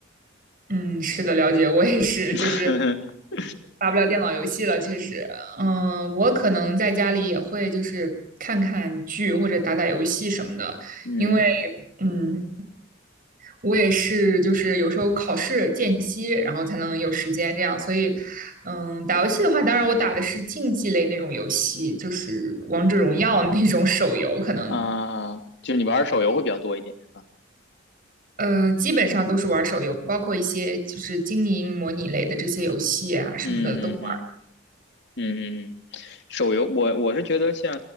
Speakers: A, on the right (about 45°); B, on the left (about 60°).
A: 嗯，是的，了解，我也是，
B: <laughs>
A: 就是打不了电脑游戏了，确实。嗯，我可能在家里也会就是看看剧或者打打游戏什么的，
B: 嗯
A: 因为嗯，我也是，就是有时候考试间隙，然后才能有时间这样。所以，嗯，打游戏的话，当然我打的是竞技类那种游戏，就是王者荣耀那种手游，可能
B: 啊，呃就是你玩手游会比较多一点，是吧？
A: 呃，基本上都是玩手游，包括一些就是经营模拟类的这些游戏啊什么的都玩。
B: 嗯嗯嗯嗯嗯，手游我我是觉得像